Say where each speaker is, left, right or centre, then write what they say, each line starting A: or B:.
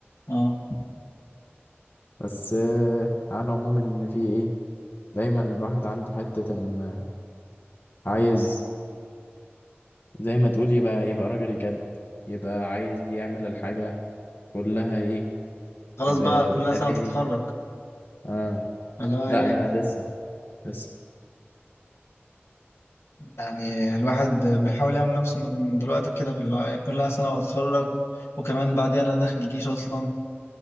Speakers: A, on the left; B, on the left.
A: اه
B: بس آه على العموم ان في ايه دايما الواحد عنده حتة ان آه، عايز زي ما تقول يبقى يبقى راجل جد يبقى عايز يعمل الحاجة كلها ايه
A: خلاص
B: ب-
A: بقى كلها
B: بتفاني
A: سنة تتخرج
B: اه
A: اللي هو
B: لا
A: ايه
B: انا لسه لسه
A: يعني الواحد بيحاول يعمل نفسه من دلوقتي كده في اللي هو إيه، كلها سنة واتخرج وكمان بعديها انا داخل الجيش اصلا